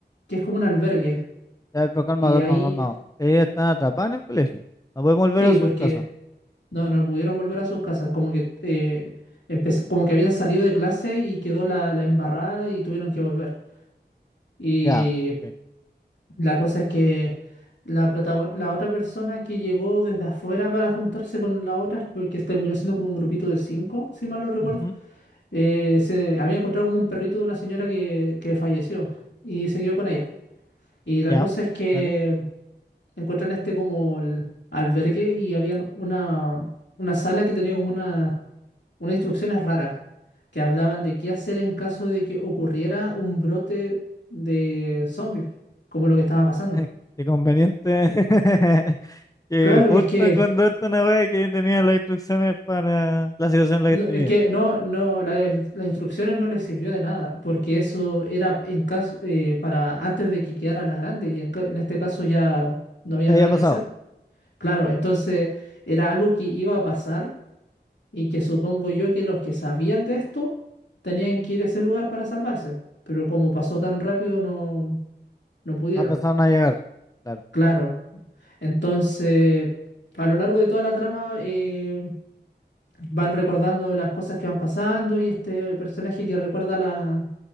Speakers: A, on the left; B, on the left.
A: que es como un albergue.
B: Ya, pero calma,
A: Y
B: calma,
A: ahí,
B: calma. Ellos están atrapados en el colegio. No pueden volver
A: sí,
B: a su
A: porque
B: casa.
A: No, no pudieron volver a sus casas, como que eh, empezó- como que habían salido de clase y quedó la, la embarrada y tuvieron que volver. Y
B: Ya, ok.
A: la cosa es que la, protago- la otra persona que llegó desde afuera para juntarse con la otra, que terminó siendo como un grupito de cinco, si mal no recuerdo,
B: Ujú,
A: eh, se había encontrado como un perrito de una señora que, que falleció y se quedó con ella. Y la
B: Ya,
A: cosa es que
B: dale.
A: encontré en este como el albergue y había una, una sala que tenía como una, unas instrucciones raras que hablaban de qué hacer en caso de que ocurriera un brote de zombies, como lo que estaba pasando.
B: <laughs> Qué conveniente <laughs> que
A: Claro,
B: justo
A: es que
B: encontraste una wea que tenía las instrucciones para la situación en la
A: no,
B: que estoy
A: es
B: viviendo.
A: que no, no, la- las instrucciones no les sirvió de nada, porque eso era en caso eh, para antes de que quedara la grande, y en, ca- en este caso ya no había
B: Ya había
A: nada
B: pasado.
A: que hacer. Claro, entonces era algo que iba a pasar y que supongo yo que los que sabían de esto tenían que ir a ese lugar para salvarse, pero como pasó tan rápido no, no pudieron.
B: No alcanzaron a llegar. Claro.
A: Claro, entonces a lo largo de toda la trama eh, van recordando las cosas que van pasando y este personaje que recuerda a la,